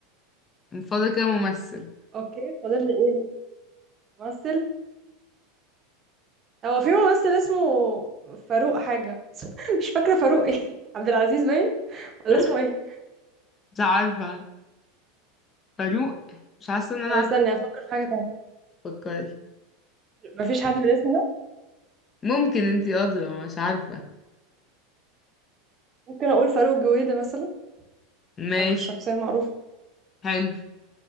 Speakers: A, on the left (about 30°); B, on the right (about 35°).
A: من فضل كده ممثل
B: اوكي فاضل لي ايه ممثل هو في ممثل اسمه فاروق حاجة <laughs> مش فاكرة فاروق ايه <laughs> عبد العزيز باين ولا
A: <laughs>
B: اسمه ايه
A: مش عارفة فاروق مش حاسة ان انا
B: طب
A: عارفة
B: استني افكر في حاجة تانية
A: فكري
B: مفيش حد بالاسم ده
A: ممكن انتي أدرى مش عارفة
B: ممكن اقول فاروق جويدة مثلا شخ
A: ماشي
B: شخصية معروفة
A: حلو